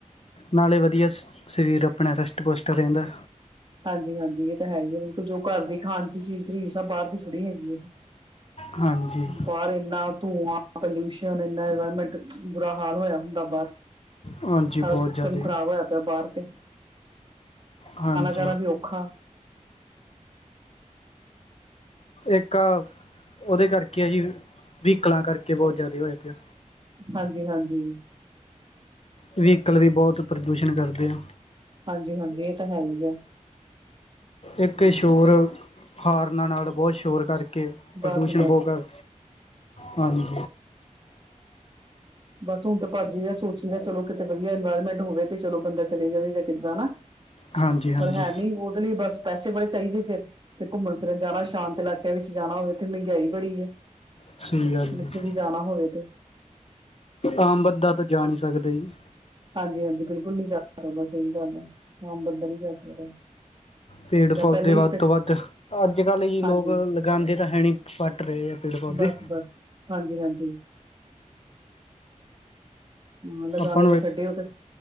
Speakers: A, on the left (about 50°); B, on the right (about 40°).
A: ਨਾਲੇ ਵਧੀਆ ਸਰੀਰ ਆਪਣਾ ਹੀਸਟ ਪੋਸਟ ਰਹਿੰਦਾ
B: ਹਾਂਜੀ- ਹਾਂਜੀ ਇਹ ਤਾਂ ਹੈ। ਹੀ ਹੈ। ਬਿਲਕੁਲ ਜੋ ਘਰ ਦੀ ਖਾਣ ਚ' ਚੀਜ਼ ਬਾਹਰ ਦੀ ਥੋੜ੍ਹੀ ਹੈਗੀ ਹੈ।
A: ਹਾਂਜੀ
B: ਬਾਹਰ ਇਨਾ ਧੂੰਆਂ ਪੋਲੂਸ਼ਨ ਇਨਾ ਇਨਵਾਇਰਮੈਂਟ ਬੁਰਾ ਹਾਲ ਹੋਇਆ ਹੁੰਦਾ ਬਾਹਰ
A: ਹਾਂਜੀ
B: ਸਾਰਾ
A: ਬਹੁਤ
B: ਸਿਸਟਮ
A: ਜ਼ਿਆਦਾ
B: ਖਰਾਬ ਹੋਇਆ ਪਿਆ ਬਾਹਰ ਤੇ
A: ਹਾਂਜੀ।
B: ਜਰਾ ਵੀ ਔਖਾ-
A: ਇਕ ਉਹਦੇ ਕਰਕੇ ਆ ਜੀ ਵਾਹੀਕਲ ਕਰਕੇ ਬਹੁਤ ਜਿਆਦਾ ਹੋਇਆ ਪਿਆ
B: ਹਾਂਜੀ, ਹਾਂਜੀ।
A: ਵਾਹੀਕਲ ਵੀ ਬਹੁਤ ਪ੍ਰਦੂਸ਼ਣ ਕਰਦੇ ਆ
B: ਹਾਂਜੀ- ਹਾਂਜੀ ਇਹ ਤਾਂ ਹੈ। ਹੀ ਆ ਹੂੰ
A: ਇਕ ਸ਼ੋਰ ਹੋਰਨਾਂ ਨਾਲ ਬਹੁਤ ਸ਼ੋਰ ਕਰਕੇ ਕਿ
B: ਬਸ-ਬਸ
A: ਪ੍ਰਦੂਸ਼ਣ ਬਹੁਤ ਕਰ, ਹਾਂਜੀ
B: ਬਸੋ ਭਾਜੀ ਜਾਂ ਸੋਚੀ ਦਾ ਚਲੋ ਕਿਤੇ ਵਧੀਆ ਇਨਵਾਇਰਮੈਂਟ ਹੋਵੇ ਤੇ ਚਲੋ ਬੰਦਾ ਚਲੀ ਜਾਵੇ ਜਾਂ ਕਿਦਾਂ ਹਨਾ।
A: ਹਾਂਜੀ ਹਾਂਜੀ
B: ਪਰ ਹੈ ਨ ਉਹਦੇ ਲਈ ਬਸ ਪੈਸੇ ਬੜੇ ਚਾਹੀਦੇ ਫੇਿਰ ਤੇ ਘੁੰਮਣ ਫਿਰਨ ਜਾਣਾ ਸ਼ਾਂਤ ਇਲਾਕ ਵਿਚ ਜਾਣਾ ਹੋਵੇ ਤੇ ਮਹਿੰਗਾਈ ਬੜੀ ਹੈ।
A: ਸਹੀ ਗੱਲ
B: ਜਿਥੇ
A: ਹੈ
B: ਵੀ ਜਾਣਾ ਹੋਵੇ ਤੇ
A: ਆਮ ਬੰਦਾ ਤਾਂ ਜਾ ਨਹੀਂ ਸਕਦਾ ਜੀ
B: ਹਾਂਜੀ ਹਾਂਜੀ ਬਿਲਕੁਲ ਨੀ ਜਾ ਸਕਦਾ ਸਹੀ ਗੱਲ ਹੈ। ਆਮ ਬੰਦਾ ਨੀ ਜਾ ਸਕਦਾ
A: ਪੇੜ
B: ਜਾਂ
A: ਪੋਦੇ
B: ਪਹਿਲੇ
A: ਵੱਧ
B: ਹੀ
A: ਤੋਂ ਵੱਧ ਆਜ ਕਲ ਹੀ
B: ਹਾਂਜੀ
A: ਲੋਕ ਲਗਾਉਦੇ ਏ ਹੀ ਪਟ ਰਹੇ ਆ ਪੇੜ ਪੋਦੇ
B: ਬਸ ਬਸ ਹਾਂਜੀ ਹਾਂਜੀ ਹਾਂ।
A: ਆਪਾਂ
B: ਲਗੇ
A: ਨੂੰ
B: ਤੇ ਛੱਡੇ ਓਤੇ